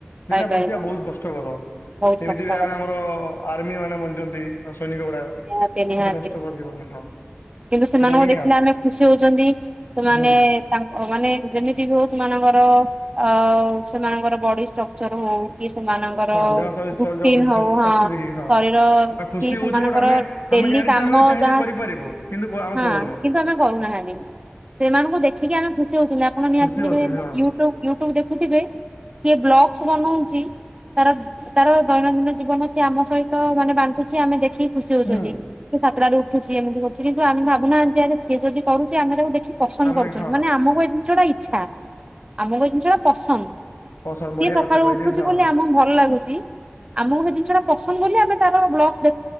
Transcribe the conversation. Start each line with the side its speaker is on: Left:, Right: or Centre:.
Right: ପାଇପାରିବା
Left: ଦିଟା ବଞ୍ଚିବା ବୋହୁତ୍ କଷ୍ଟକର।
Right: ବହୁତ
Left: ଯେମିତି
Right: କଷ୍ଟ
Left: ବି ଆମେ
Right: କଥା
Left: ଆମର ଆର୍ମି ମାନେ ବଚନ୍ତି। ସୈନିକ ଗୁଡ଼ାକ,
Right: ନିହାତି ନିହାତି
Left: କେତେ କଷ୍ଟକିବନ। ହଁ।
Right: କିନ୍ତୁ, ସେମାନଙ୍କୁ
Left: ସେଇଟା ହିଁ
Right: ଦେଖିଲେ
Left: ଆଉ
Right: ଆମେ ଖୁସି ହୋଉଛନ୍ତି। ସେମାନେ
Left: ହୁଁ
Right: ତାଙ୍କ ମାନେ ଯେମିତି ବି ହୋଉ ସେମାନଙ୍କର ଅ ସେମାନଙ୍କର ବଡି ଷ୍ଟ୍ରକ୍ଚର୍ ହୋଉ, କି ସେମାନ ଙ୍କର
Left: ହଁ ଦେହ ସହି
Right: ଙ୍କର
Left: ସହିଯାଉ
Right: ପିନ୍ ହୋଉ। ହଁ।
Left: ଶକ୍ତି ଦେଖି
Right: ଶରୀର
Left: ଖୁସି
Right: ହିଁ
Left: ହଉଛୁ
Right: ସେମାନଙ୍କର
Left: ବଟ ଆମେ
Right: ଡେଲି
Left: ଆମେ ଜାଣିଛୁ
Right: କାମ
Left: ଆମେ ବି ଚାହିଁଲେ
Right: ଯାହା
Left: କରିପାରିବୁ କିନ୍ତୁ ଆମେ
Right: ହଁ।
Left: କରୁନୁ
Right: କିନ୍ତୁ, ଆମେ କରୁ ନାହାନ୍ତି। ସେମାନଙ୍କୁ ଦେଖିକି ଆମେ ଖୁସି ହୋଉଛନ୍ତି। ଆପଣ ନିହାତି
Left: ଖୁସି
Right: କେବେ
Left: ହଉଛୁ ହଁ।
Right: ୟୁଟ୍ୟୁବ୍ ଦେଖୁଥିବେ? କିଏ ବ୍ଲଗସ୍ ବନୋଉଛି ତାର ତାର ଦୈନନ୍ଦିନ ଜୀବନ ସେ ଆମ ସହିତ ମାନେ ବାଣ୍ଟୁଛି। ଆମେ ଦେଖିକି ଖୁସି ହୋଉଛନ୍ତି।
Left: ହୁଁ
Right: ସେ ସାତ ଟାରୁ ଉଠୁଛି, ଏମିତି କରୁଛି, କିନ୍ତୁ ଆମେ ଭାବୁ ନାହାନ୍ତି ଯେ, ସିଏ ଯଦି କରୁଛି। ଆମେ ତାକୁ ଦେଖିକି ପସନ୍ଦ୍
Left: ଆମେ
Right: କରୁଛନ୍ତି।
Left: ହଁ
Right: ମାନେ ଆମକୁ ଏ ଜିନିଷ ଟା ଇଚ୍ଛା। ଆମକୁ ଏ ଜିନିଷ ଟା ପସନ୍ଦ୍। ସିଏ
Left: ପସନ୍ଦ ବଢିଆ
Right: ସକାଳୁ
Left: କଥା କହିଲେ
Right: ଉଠୁଛି
Left: ହଁ।
Right: ବୋଲି ଆମକୁ ଭଲ ଲାଗୁଛି। ଆମକୁ ସେ ଜିନିଷ ଟା ପସନ୍ଦ୍ ବୋଲି ଆମେ ତାର ଭ୍ଲଗ୍‌ସ୍‌ ଦେ